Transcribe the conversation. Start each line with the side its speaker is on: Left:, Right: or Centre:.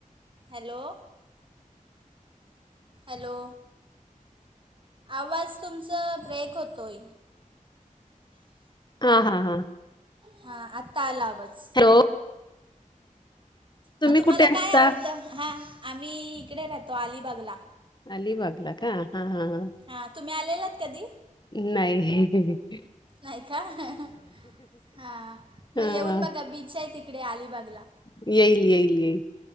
Right: हॅलो. हॅलो. आवाज तुमचं, ब्रेक होतोय.
Left: हा, हा, हा.
Right: हा, आता आला आवाज.
Left: हॅलो. तुम्ही
Right: मग, तुम्हाला
Left: कुठे असता?
Right: काय आवडत? हा, आम्ही इकडे राहतो. अलिबागला.
Left: अलिबागला का? हा, हा, ह.
Right: हां. तुम्ही, आलेलात कधी?
Left: नाही. <unintelligible>
Right: नाही का? <unintelligible> हा,
Left: हा
Right: मग
Left: हा
Right: येऊन बघा. बीचाय तिकडे अलिबागला.
Left: येईल, येईल, येईल.